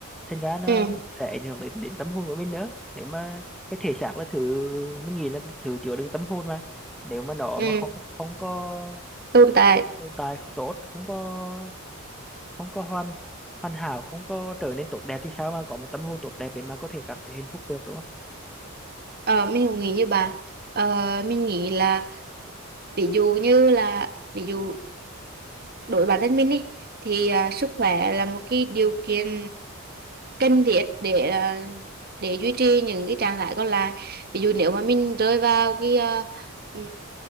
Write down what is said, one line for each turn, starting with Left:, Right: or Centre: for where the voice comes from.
Centre: thành ra nó
Right: ừ
Centre: cũng sẽ ảnh hưởng đến đến tâm hồn của mình nữa nếu mà cái thể xác là thứ mình nghĩ là thứ chứa đựng tâm hồn mà nếu mà nó
Right: ừ
Centre: mà không không có
Right: tồn tại
Centre: tồn tại tốt không có không có hoàn hoàn hảo không có trở nên tốt đẹp thì sao mà có một tâm hồn tốt đẹp để mà có thể cảm thấy hạnh phúc được đúng không
Right: ờ, mình cũng nghĩ như bạn Ờ, mình nghĩ là ví dụ như là ví dụ đối với bản thân mình ý, thì à, sức khỏe là một cái điều kiện cần thiết để à, để duy trì những cái trạng thái còn lại ví dụ nếu mà mình rơi vào cái à, ừ,